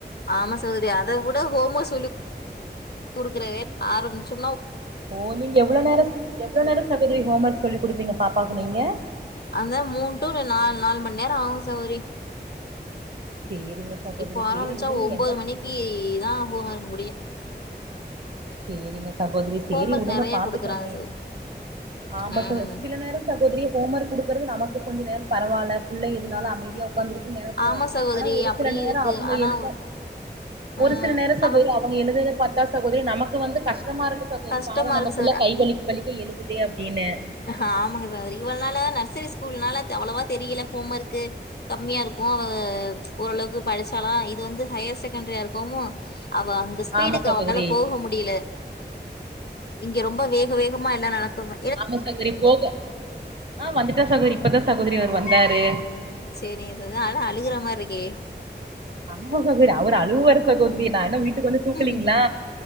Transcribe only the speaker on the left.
ஆமா சகோதரி அத கூட ஹோமோ சொல்லி குடுக்குறவே ஆரம்பிச்சு
அந்த மூண் டூ இல்ல நால் நால் மண் நேரோ ஆகு சகோதரி
இப்போ ஆரம்மிச்சா
ஒம்போது
மணிக்கு
தா ஹோம்வொர்க் முடியு
ஹோம் ஒர்க்
நெறைய
குடுக்குறாங்க
சகோதரி
ம்
ஆமா சகோதரி
அப்டியு
இருக்கு
ஆனா
ஆ
அவ
கஷ்டமா
இருக்கு
ஆ ஆமாங்க இவ்வளவு நாளா நர்சரி ஸ்கூல்னால அவ்வளவா தெரியல ஹோம் ஒர்க்கு கம்மியா இருக்கும் ஓரளவுக்கு படிச்சரலாம் இது வந்து ஹையர் செகண்டரியா இருக்கவும் அவ அந்த ஸ்பீடுக்கு
அவளால போக முடியல இங்க ரொம்ப வேக வேகமா எல்லாம் நடக்குங்க
சேரிங்க சகோதரி <unintelligible>
ம்ஹும்.